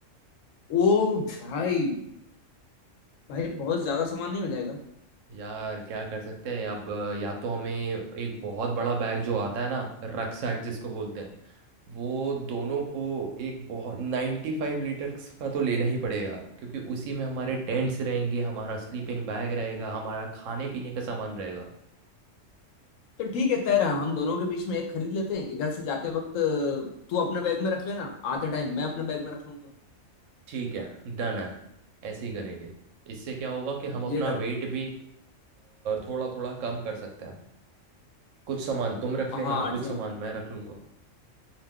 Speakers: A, on the left (about 85°); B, on the right (about 80°).
A: ओ भाई भाई बहुत ज्यादा सामान नहीं हो जाएगा
B: यार क्या कर सकते हैं अब अ, या तो हमें एक बहुत बड़ा बैग जो आता है ना रक्सैक जिसको बोलते हैं वो दोनों को एक बहुत नाइन्टी फाइव लीटर का तो लेना ही पड़ेगा क्योंकि उसी में हमारे टेंट्स रहेंगे हमारा स्लीपिंग बैग रहेगा हमारा खाने पीने का सामान रहेगा
A: तो ठीक है तय रहा हम दोनों के बीच में एक खरीद लेते हैं इधर से जाते वक्त तू अपने बैग में रख लेना आते टाइम मैं अपने बैग में रख लूंगा
B: ठीक है डन है ऐसे ही करेंगे इससे क्या होगा कि हम अपना
A: ये करते
B: वेट
A: हैं
B: भी थोड़ा थोड़ा कम कर सकते हैं कुछ सामान तुम रख
A: हाँ
B: लेना
A: ठीक
B: कुछ सामान मैं रख लूंगा